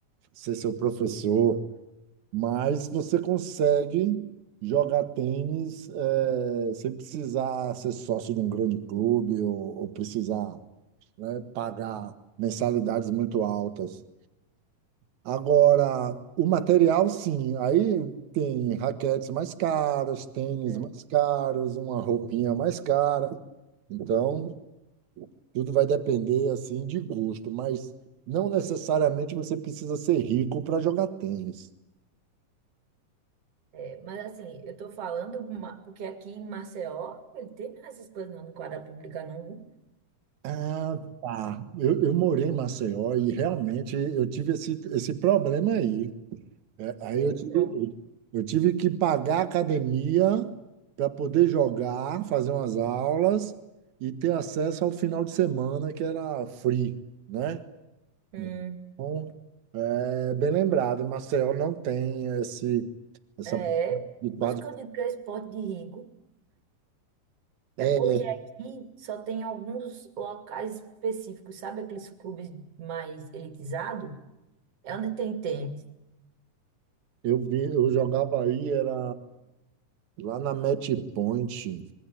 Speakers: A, on the right; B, on the right.
A: ser seu professor, mas você consegue jogar tênis, eh, sem precisar ser sócio de um grande clube ou, ou precisar, né, pagar mensalidades muito altas. Agora, o material, sim. Aí tem raquetes mais caras, tênis
B: É,
A: mais caros, uma roupinha mais cara. Então, tudo vai depender assim de gosto, mas não necessariamente você precisa ser rico para jogar tênis.
B: é, mas assim, eu tô falando ma- porque aqui em Maceió, ele tem essas coisas não no quadra pública, não, viu?
A: Ah, tá. Eu, eu morei em Maceió e realmente eu tive esse, esse problema aí. É, aí
B: Tem,
A: eu tive,
B: não.
A: eu eu tive que pagar a academia para poder jogar, fazer umas aulas e ter acesso ao final de semana, que era free, né?
B: Hum.
A: Então, é bem lembrado, Marcel não tem esse, essa
B: É,
A: de quadro.
B: por isso que eu digo que é esporte de rico.
A: É,
B: É porque aqui só tem alguns locais específicos, sabe aqueles clubes mais elitizados? É onde tem tênis.
A: eu vi, eu jogava aí, era lá na Match Point.